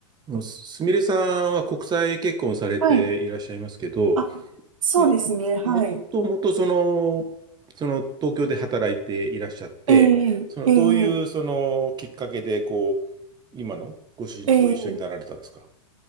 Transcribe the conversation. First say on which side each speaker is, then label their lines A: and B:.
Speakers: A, on the right; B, on the right.
A: もうすすみれさんは国際結婚されていらっしゃいますけど、
B: はい。あ、そうですね。
A: ま、
B: はい。
A: もともとその、その東京で働いていらっしゃって、
B: え
A: そのどういうそのきっかけでこう、
B: えええ
A: 今のご主人と一緒になられたんですか
B: ええ